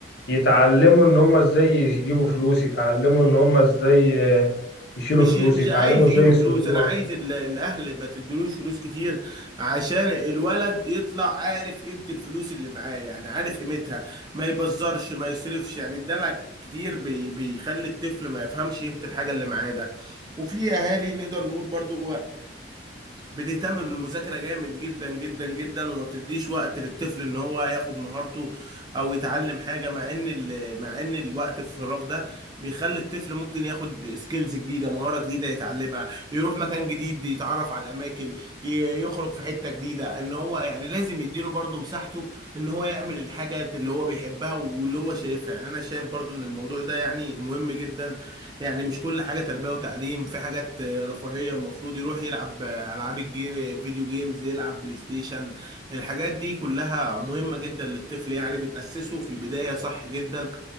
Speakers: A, on the left (about 65°); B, on the right (about 20°).
A: يتعلموا ان هم ازاي يجيبوا فلوس يتعلموا ان هم ازاي آه، يشيلوا
B: مش
A: فلوس
B: مش
A: يتعلموا
B: عايز
A: ازاي
B: يجيبوا
A: يصرفوها
B: فلوس انا عايز ال- الاهل ما تدلوش فلوس كتير عشان الولد يطلع عارف قيمة الفلوس اللي معاه يعني عارف قيمتها ما يبزرش ما يصرفش يعني الدلع كتير بي بيخلي الطفل ما يفهمش قيمة الحاجة اللي معاه ده وفي اهالي نقدر نقول برضو بتهتم بالمذاكرة جامد جدا جدا جدا وما بتديش وقت للطفل ان هو ياخد مهارته او يتعلم حاجة مع ان ال- مع ان الوقت الفراغ ده بيخلي الطفل ممكن ياخد سكيلز جديدة مهارة جديدة يتعلمها يروح مكان جديد يتعرف على اماكن ي- يخرج في حتة جديدة ان هو يعني لازم يديله برضه مساحته ان هو يعمل الحاجات اللي هو بيحبها واللي هو شايفها يعني انا شايف برضه ان الموضوع ده يعني مهم جدا يعني مش كل حاجة تربية وتعليم في حاجات آه، رفاهية المفروض يروح يلعب آه، ألعاب الجيم فيديو جيمز يلعب بلاي ستيشن الحاجات دي كلها مهمة جدا للطفل يعني بتأسسه في البداية صح جدا